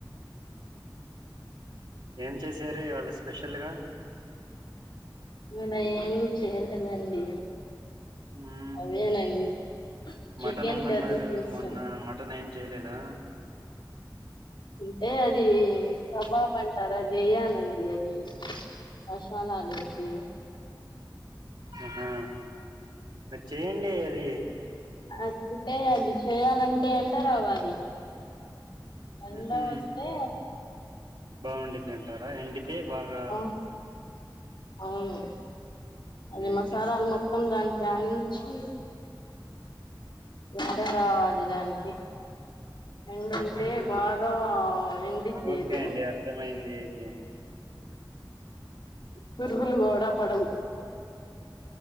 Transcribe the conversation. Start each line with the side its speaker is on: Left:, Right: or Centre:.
Right: ఏం చేశారీవాళ్ళ స్పెషల్గా
Left: మొన్న ఏం చేయలేదండి.
Right: మ్మ్
Left: అవేనండి చికెన్
Right: మటన్ ఉందన్నారు
Left: కర్రీ చేసాం
Right: మొన్న మటన్ ఏం చేయలేదా
Left: అంటే అది కబాబ్ అంటారా అదేయాలండి అది మషలాలేసి
Right: ఆహా మరి చేయండి అది
Left: అంతే అది చేయాలంటే ఎండ రావాలి ఎండ
Right: ఊహూ
Left: వస్తే
Right: బాగుండిద్ది అంటారా ఎండిప్ కే భాగా
Left: ఆ అవును అది
Right: అయితే
Left: మసాలాలు మొత్తం దానికి దనించి ఎండ రావాలి దానికి ఎండుంటే
Right: ఆహా
Left: బాగా ఎండిద్ది
Right: ఓకే
Left: అది
Right: అండి అర్థమైంది అయితే
Left: పురుగులు కూడా పడవు